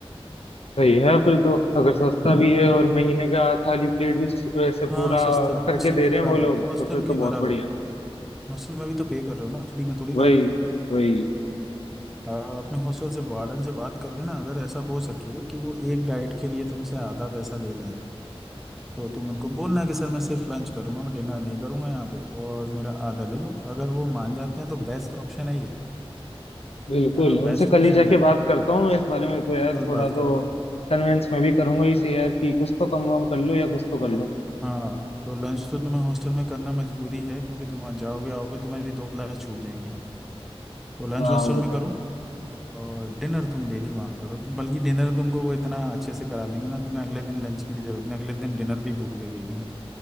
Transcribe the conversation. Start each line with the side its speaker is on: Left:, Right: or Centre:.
Left: सही है फिर तो अगर सस्ता भी है और महीने का थाली प्लेट भी स- वैसे
Centre: हाँ
Left: पूरा
Centre: सस्ता है
Left: करके
Centre: हॉस्टल
Left: दे
Centre: के
Left: रहे
Centre: बराबर
Left: हैं वो लोग
Centre: है हॉस्टल
Left: तो फिर तो
Centre: के
Left: बहुत
Centre: बराबर
Left: बढ़िया
Centre: है हॉस्टल में भी तो पे कर रहे हो ना फ्री में थोड़ी
Left: वही
Centre: खा रहे हो
Left: वही
Centre: आ, अपने हॉस्टल से वार्डन से बात कर लेना अगर ऐसा हो सके कि वो एक डाइट के लिए तुमसे आधा पैसा ले लें तो तुम उनको बोलना कि सर मैं सिर्फ लंच करूंगा मैं डिनर नहीं करूंगा यहाँ पे और मेरा आधा ले लो अगर वो मान जाते हैं तो बेस्ट ऑप्शन है ये
Left: बिल्कुल
Centre: है ना
Left: उनसे
Centre: बेस्ट
Left: कल
Centre: ऑप्शन
Left: ही जाके
Centre: है
Left: बात करता हूँ मैं इस बारे में तो यार
Centre: कल
Left: थोड़ा
Centre: बात
Left: तो
Centre: करो
Left: कन्वेंस मैं भी करूंगा इसे यार कि कुछ तो कम वम कर लो या कुछ तो कर
Centre: तो
Left: लो
Centre: हाँ तो लंच तो तुम्हें हॉस्टल में करना मजबूरी है क्योंकि तुम आज जाओगे आओगे तुम्हारी दो क्लास छूट जाएंगी तो लंच
Left: हाँ
Centre: हॉस्टल
Left: वो
Centre: में
Left: तो
Centre: करो
Left: है
Centre: और डिनर तुम डेली वहाँ करो तो बल्कि डिनर तुमको वो इतना अच्छे से करा देंगे ना तुम्हें अगले दिन लंच की भी जरूरत नहीं अगले दिन डिनर भी भूख लगेगी